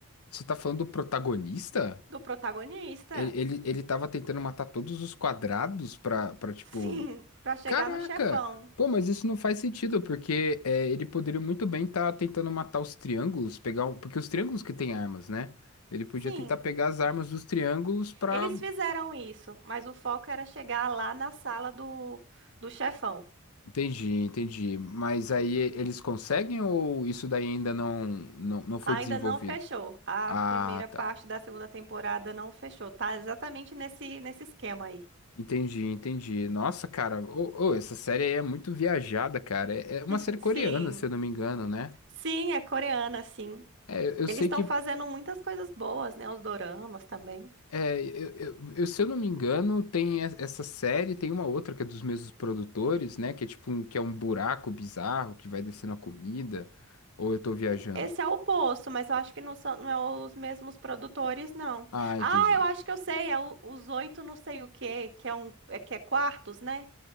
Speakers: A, on the left (about 80°); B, on the right (about 55°).
A: você tá falando do protagonista?
B: do protagonista.
A: Ele, ele, ele tava tentando matar todos os quadrados pra, pra tipo.
B: Sim, <laughs> pra chegar
A: Caraca!
B: no chefão.
A: Pô, mas isso não faz sentido, porque é, ele poderia muito bem estar tentando matar os triângulos, pegar. o- Porque os triângulos que têm armas, né? Ele podia
B: Sim,
A: tentar pegar as armas dos triângulos pra
B: eles fizeram isso, mas o foco era chegar lá na sala do, do chefão.
A: Entendi, entendi. Mas aí eles conseguem ou isso daí ainda não, não, não foi
B: Ainda
A: desenvolvido?
B: não fechou. A
A: Ah,
B: primeira parte
A: tá.
B: da segunda temporada não fechou. Tá exatamente nesse, nesse esquema aí.
A: Entendi, entendi. Nossa, cara, ô, ô, essa série aí é muito viajada, cara. É, é uma
B: <laughs>
A: série coreana,
B: Sim.
A: se eu não me engano, né?
B: Sim, é coreana, sim.
A: É, eu eu
B: Eles
A: sei
B: estão
A: que,
B: fazendo muitas coisas boas, né? Os doramas também.
A: é, eu, eu- eu- se eu não me engano, tem e- essa série, tem uma outra que é dos mesmos produtores, né? Que é tipo um, que é um buraco bizarro que vai descendo a comida. Ou eu tô viajando?
B: Esse é o oposto, mas eu acho que não são, não é os mesmos produtores, não.
A: Ah,
B: Ah,
A: entendi.
B: eu acho que eu sei, é o- os oito não sei o quê, que é um, é que é quartos, né?